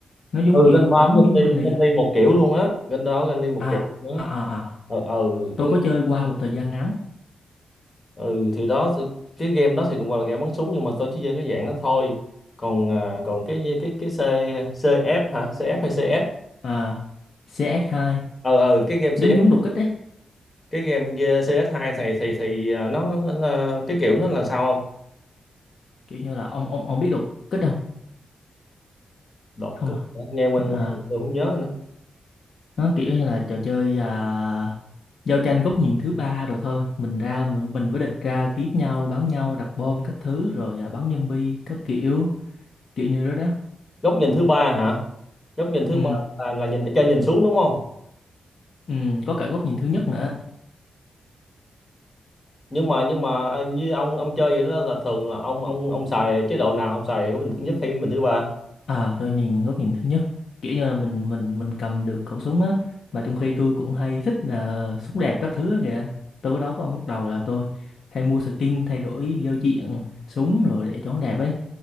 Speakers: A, on the left; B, on the left.
A: nó giống
B: ừ
A: kiểu
B: game bao
A: bắn
B: với
A: giống
B: game
A: Winnie
B: đi game
A: á
B: đi một kiểu luôn á game đó game đi một
A: à
B: kiểu nữa
A: à à à.
B: ừ ừ
A: tôi
B: có nghĩa-
A: có chơi qua một thời gian ngắn
B: ừ thì đó tôi- cái game đó thì cũng gọi là game bắn súng nhưng mà tôi chỉ chơi cái dạng đó thôi còn à, còn cái cái cái C CF hả CF hay CS
A: à CX2
B: ờ ờ cái game CS
A: giống giống đột kích đấy
B: cái game kia CS2 này thì thì à, nó, nó cái kiểu nó là sao không
A: kiểu như là ông ông ông biết đột kích không
B: đột
A: không
B: kích
A: à
B: hả? nghe quen
A: Ừ, à
B: quen mà tôi không nhớ nữa
A: nó kiểu như là trò chơi à, giao tranh góc nhìn thứ ba rồi thôi mình ra mình, mình với địch ra kiếm nhau bắn nhau đặt bom các thứ rồi à, bắn zombie các kiểu kiểu như đó đó
B: góc nhìn thứ ba hả góc nhìn thứ
A: ừ
B: ba là là nhìn ở trên nhìn xuống đúng không
A: ừ có cả góc nhìn thứ nhất nữa
B: nhưng mà nhưng mà à, như ông ông chơi vậy đó là thường là ông ông ông xài chế độ nào ông xài góc nhìn thứ nhất hay góc nhìn thứ ba
A: à tôi nhìn góc nhìn thứ nhất kiểu như là mình mình mình cầm được khẩu súng á mà trong khi tôi cũng hay thích là súng đẹp các thứ á kìa tôi có nói với ông lúc đầu là tôi hay mua skin thay đổi giao diện súng rồi để cho nó đẹp ấy